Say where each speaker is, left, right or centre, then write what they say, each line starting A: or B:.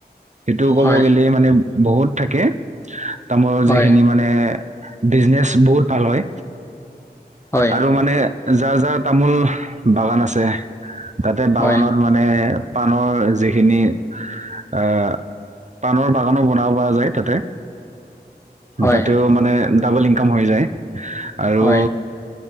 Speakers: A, on the right (about 45°); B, on the left (about 15°).
A: সেইটো ক'ব
B: হয়,
A: গ'লে মানে বহুত থাকে তামোলৰ
B: হয়,
A: যিখিনি মানে বিজনেচ বহুত ভাল হয়।
B: হয়,
A: আৰু মানে যাৰ যাৰ তামোল বাগান আছে। তাতে
B: হয়,
A: বাগানত
B: হয়,
A: মানে পাণৰ যিখিনি আহ পাণৰ বাগানো বনাব পৰা যায় তাতে,
B: হয়,
A: তাতেও ম মানে ডাবল ইনকাম হৈ যায় আৰু
B: হয়,